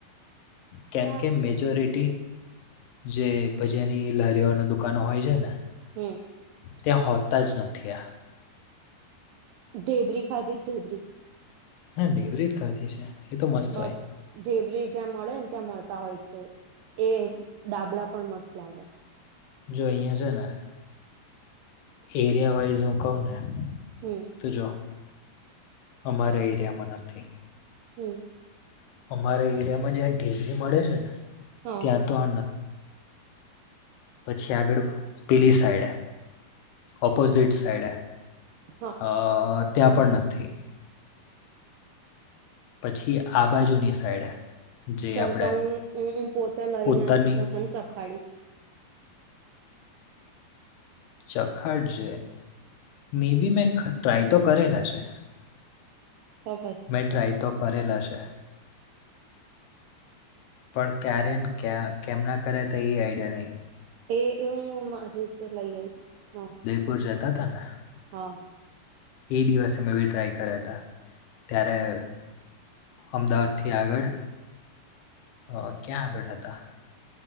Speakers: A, on the left (about 80°); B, on the right (about 80°).
A: કેમ
B: લાગશે
A: કે મેજોરિટી જે ભજીયાની લારીઓ અને દુકાનો હોય છે ને,
B: હમ
A: ત્યાં હોતા જ નથી આ.
B: ઢેબરી ખાધી જ ઢેબરી?
A: હા ઢેબરી જ ખાધી છે. એ તો મસ્ત
B: બસ?
A: હોય
B: ઢેવરી જ્યાં મળે ને ત્યાં મળતા હોય છે એ ડાબડા પણ મસ્ત લાગે
A: જો અહિયાં છે ને એરિયા વાઈઝ હું કઉ ને
B: હમ
A: તો જો અમારા એરિયામાં નથી
B: હમ
A: અમારા એરિયામાં જ્યાં ેગરી મળે છે ને
B: હા
A: ત્યાં તો આ ન પછી આગળ પેલી સાઈડ ઓપોઝિટ સાઈડ
B: હા
A: અ ત્યાં પણ નથી પછી આ બાજુની સાઈડે જે
B: ચાલતા
A: આપણે
B: હું હ હું પોતે લઈને
A: ઉત્તરની
B: આઈશ તને ચખાડીશ
A: ચખાડજ મે બી મેં ટ્રાય તો કરેલા છે
B: તો પછી
A: મેં ટ્રાય તો કરેલા છે પણ ક્યારે કેમના કર્યા તો એ આઈડિયા નહીં
B: એ હું મારી રીતે લઈ આવીઈશ હ
A: ભર જ ત અને
B: હા
A: એ દિવસે મેં એ ટ્રાય કર્યા હતા ત્યારે અમદાવાદથી આગળ હ ક્યાં આ બેળા હતા